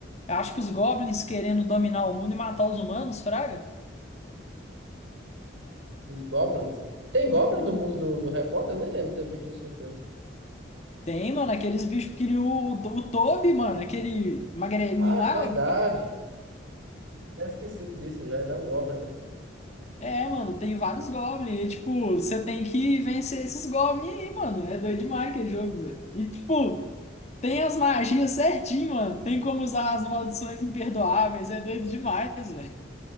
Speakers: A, on the left; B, on the right.
A: Eu acho que os goblins querendo dominar o mundo e matar os humanos, fraga.
B: Os Goblins. Tem Goblin no mundo do, do Harry Potter? Eu nem lembro de ter visto isso no filme.
A: Tem, mano, aqueles bichos que queriam o, o, o Toby, mano, aquele magrelinho
B: Ah, é
A: lá,
B: verdade. Eu tinha esquecido disso já. Ele é um Goblin, né?
A: É, mano, tem vários goblins. E, tipo, você tem que vencer esses goblins aí, mano. É doido demais aquele jogo, Zé. E, tipo, tem as magias certinho, mano. Tem como usar as maldições imperdoáveis. É doido demais, velho.